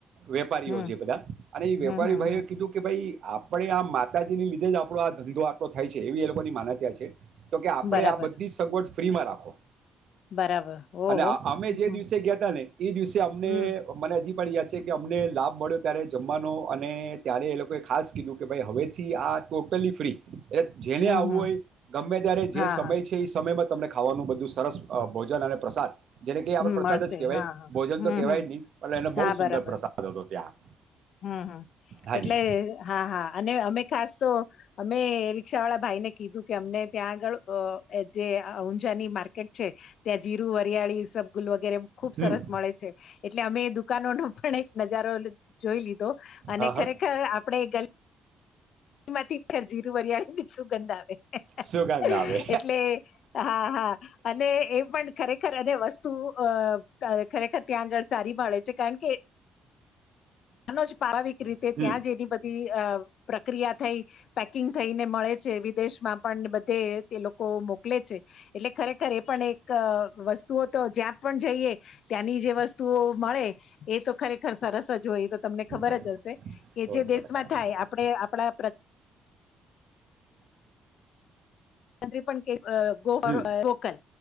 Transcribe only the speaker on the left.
હમ
હમ
હમ
હમ
બરાબર
બરાબર ઓહો
હમ
હમ
હમ
હમ
હા
હા
હમ
મળશે
હા હા
હમ
હમ
હા
બરાબર
હમ હમ
એટલે હા હા અને અમે ખાસ તો અમે રિક્ષા વાળા ભાઈ ને કીધું કે અમને ત્યાં આગળ જે ઊંઝાની માર્કેટ છે ત્યા જીરું હરિયાળી સબગુલ વગેરે ખુબ સરસ
મળે છે એટલે અમે દુકાનો નો પણ એક નજારો જોઈ લીધો અને
ખરેખર
આપણેે ગ એમાંથી ઘર જીરું વરિયાળ ને શું ગંધ આવે
એટલે હા હા અને એ પણ ખરેખ ખર અને વસ્તુ અ ખરેખર ત્યાં આગળ સારી મળે છે કારણ કે આનોજ પારાવિક રીતે
ત્યાં જ એની બધી અ પ્રક્રિયા થઈ પેકિંગ થઈને મળે છે વિદેશમાં પણ તે તે લોકો મોકલે છે એટલે ખરેખર એ પણ એક વસ્તુઓ તો જ્યાં પણ જઈએ ત્યાંની જે વસ્તુઓ મળે એ તો ખરે સરસ જ હોય તો તમને ખબર
જ હશે કે
જે
દેશમાં
થાય
આપણે આપણા પણ કેકલ